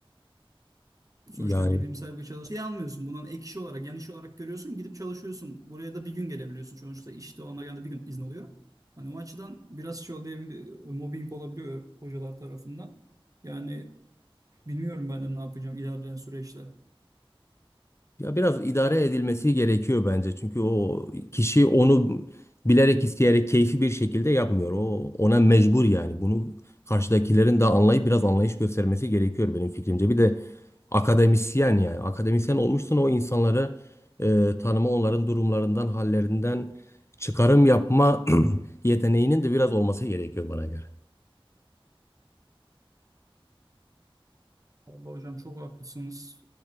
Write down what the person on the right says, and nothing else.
Sonuçta
bilimsel bir çalışma şey almıyorsun. Bundan ek iş olarak, yan iş olarak görüyorsun. Gidip çalışıyorsun. Buraya da bir gün gelebiliyorsun. Sonuçta işte ona genelde bir gün izin oluyor. Hani o açıdan biraz şey olabiliyor, mobbing olabiliyor hocalar tarafından. Yani bilmiyorum ben de ne yapacağım ilerleyen süreçte.
Vallahi hocam çok haklısınız.